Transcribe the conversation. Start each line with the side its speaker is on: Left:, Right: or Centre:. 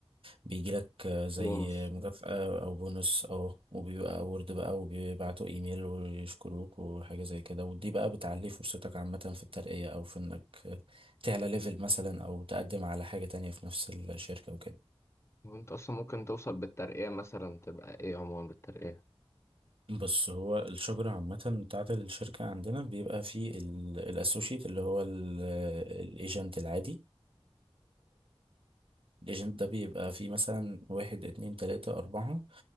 Right: بيجيلك آه، زي
Left: بونص
Right: مكافأة او بونص او وبيبقى اورد بقى وبيبعتوا ايميل ويشكروك وحاجة زي كده ودي بقى بتعلي فرصتك عامة في الترقية او في انك تعلى ليفل مثلا او تقدم على حاجة تانية في نفس الشركة وكده
Left: وانت اصلا ممكن توصل بالترقية مثلا تبقى ايه عموما بالترقية
Right: بص هو الشجرة عامة بتاعة الشركة عندنا بيبقى فيه الاسوشيت اللي هو الايجنت العادي الايجنت ده بيبقى فيه مثلا واحد اتنين تلاتة أربعة